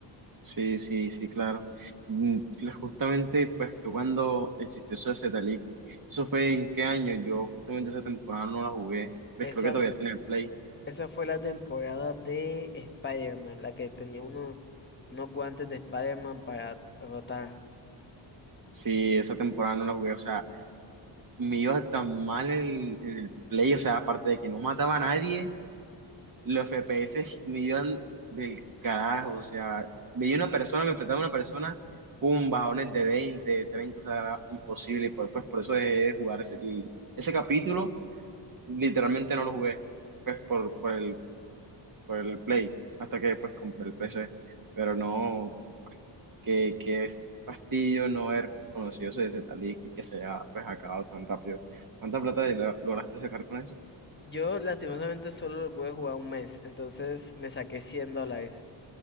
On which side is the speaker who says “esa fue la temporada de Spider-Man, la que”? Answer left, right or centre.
Left